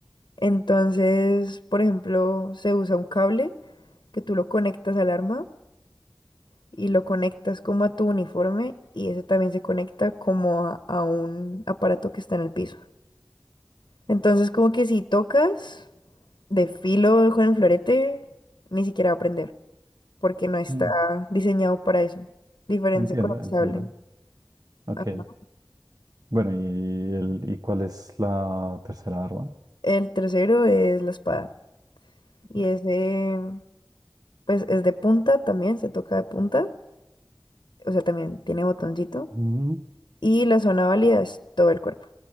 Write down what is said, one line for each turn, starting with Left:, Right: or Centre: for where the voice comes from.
Left: entonces, por ejemplo, se usa un cable que tú lo conectas al arma y lo conectas como a tu uniforme y ese también se conecta como a, a un aparato que está en el piso. Entonces, como que si tocas de filo con el florete, ni siquiera va a prender. porque no está
Right: Mm,
Left: diseñado para eso. Diferencia
Right: Entiendo,
Left: con el
Right: entiendo.
Left: sable.
Right: Ok.
Left: Ajá.
Right: Bueno, ¿y, el, y cuál es la tercera arma?
Left: El tercero es la espada. Y
Right: Ok.
Left: ese, pues es de punta también, se toca de punta. O sea, también tiene botoncito.
Right: Mm.
Left: Y la zona válida es todo el cuerpo.